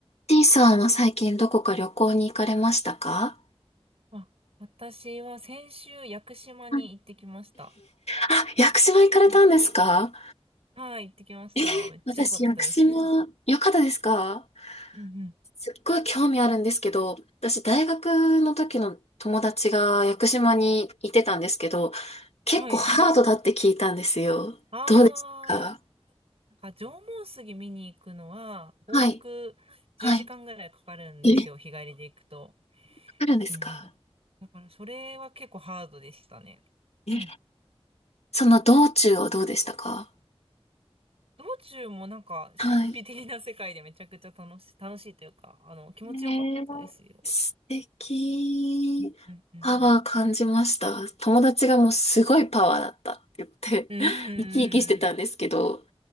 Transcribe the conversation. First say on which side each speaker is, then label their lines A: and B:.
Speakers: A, on the left; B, on the right.
A: T さんは最近どこか旅行に行かれましたか
B: あ、私は先週、屋久島に行ってきました。
A: はいあ、屋久島行かれたんですか
B: うんはい、行ってきました。
A: えー私、
B: めっちゃ良かったですよ。
A: 屋久島、よかったですか
B: うん
A: すっごい興味あるんですけど、私、大学の時の友達が屋久島にいてたんですけど、結構ハードだって聞いたんですよ。
B: うん。はい。あー、
A: どうでしたか
B: なんか縄文杉見に行くのは、往復10時間ぐらいかかるんですよ、
A: はい、はい。え、
B: 日帰りで行くと。
A: かるんですか
B: うんうん。だから、それは結構ハードでしたね。
A: え、
B: うん
A: その道中はどうでしたか
B: 道中もなんか、神秘的な世界でめちゃくちゃ楽しい、
A: はい。
B: <laughs> 楽しいというか、あの、気持ちよかったですよ。
A: えー、素敵。
B: うんうんうん
A: パワー感じました。友達がもうすごいパワーだったって言って、
B: うん。
A: <laughs> 生き生きしてたんですけど、
B: うーん。